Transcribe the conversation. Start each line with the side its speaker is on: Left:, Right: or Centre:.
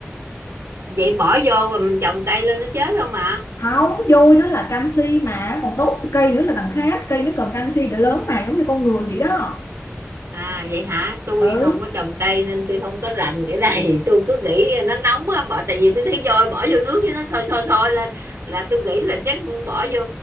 Right: vậy bỏ vô rồi mình trồng cây lên nó chết không mà
Left: không vôi nó là canxi mà còn tốt cho cây nữa là đằng khác cây nó cần canxi để lớn mà giống như con người vậy đó
Right: à vậy hả tôi
Left: ừ
Right: không có trồng cây nên tôi không có rành cái này <laughs> tôi cứ nghĩ nó nóng á bỏ tại vì tôi thấy vôi bỏ vô nước cái nó sôi sôi sôi lên là tôi nghĩ là chắc bỏ vô